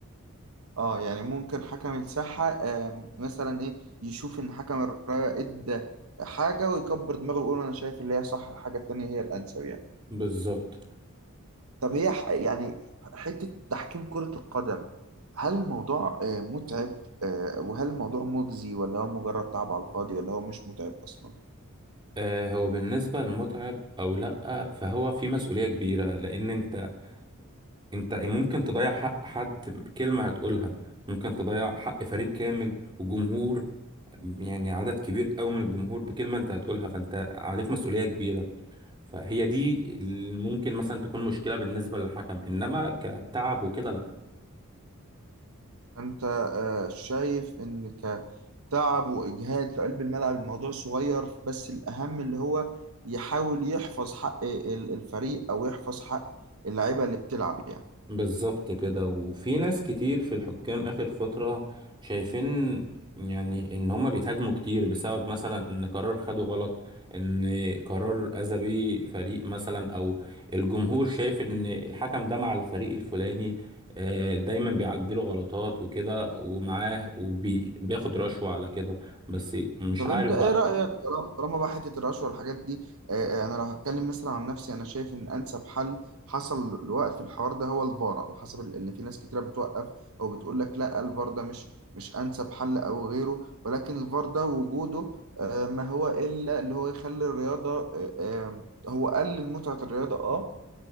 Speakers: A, on the right (about 75°); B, on the right (about 20°).
A: اه يعني ممكن حكم الساحة آم، مثلا ايه يشوف ان حكم الراية ادى حاجة ويكبر دماغه ويقول انا شايف اللي هي صح الحاجة التانية هي الانسب يعني
B: بالظبط
A: طب هي ح- يعني حتة تحكيم كرة القدم هل الموضوع آه، متعب آه، وهل الموضوع مجزي ولا هو مجرد تعب على الفاضي ولا هو مش متعب اصلا
B: آه، هو بالنسبة للمتعب أو لأ فهو في مسؤولية كبيرة لأن أنت أنت ممكن تضيع حق حد بكلمة هتقولها ممكن تضيع حق فريق كامل وجمهور يعني عدد كبير أوي من الجمهور بكلمة أنت هتقولها فأنت عليك مسؤولية كبيرة فهي دي اللي ممكن مثلا تكون مشكلة بالنسبة للحكم إنما كتعب وكده لأ
A: انت آه، شايف ان كتعب واجهاد في قلب الملعب الموضوع صغير بس الاهم اللي هو يحاول يحفظ حق ال- الفريق او يحفظ حق اللعيبه اللي بتلعب يعني
B: بالظبط كده وفي ناس كتير في الحكام آخر فترة شايفين يعني إن هما بيتهاجموا كتير بسبب مثلا إن قرار خده غلط إن قرار أذى بيه فريق مثلا أو الجمهور شايف إن الحكم ده مع الفريق الفلاني آه، دايما بيعدله غلطات وكده ومعاه وبياخد رشوة على كده بس مش
A: طب
B: عارف
A: انت ايه
B: بقى
A: رأيك طالما طالما بقى حتة الرشوة والحاجات دي اه، اه، انا لو هتكلم مثلا عن نفسي انا شايف ان انسب حل حصل لوقف الحوار ده هو الفار على حسب ال- ان في ناس كتيرة بتوقف او بتقول لك لا الفار ده مش مش انسب حل او غيره ولكن الفار ده وجوده اه، ما هو الا اللي هو يخلي الرياضة اه، اه، هو قلل متعة الرياضة اه